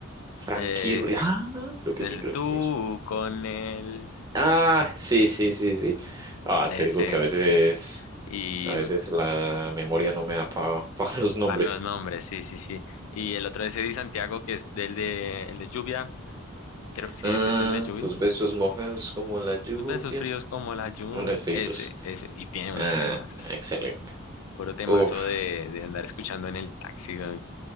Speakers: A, on the right; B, on the left.
A: Frankie
B: Eh,
A: Ru- Ah, creo que
B: el
A: sí, creo
B: tú
A: que sí. es.
B: con él,
A: Ah, sí, sí, sí, sí. Ah,
B: ese.
A: te digo que a veces,
B: Y,
A: a veces
B: mm,
A: la memoria no me da para <laughs> los nombres.
B: Van los nombres, sí, sí, sí. Y el otro es Eddie Santiago, que es del de, el de lluvia. Creo, sí,
A: Ah,
B: ese es el de lluvia.
A: tus besos mojados como la lluvia.
B: Tus besos fríos como la lluvia.
A: Unos besos.
B: Ese, ese. Y tiene unos
A: Ah,
B: temazos.
A: excelente.
B: Puro temazo
A: Uf,
B: de, de andar escuchando en el taxi. güey.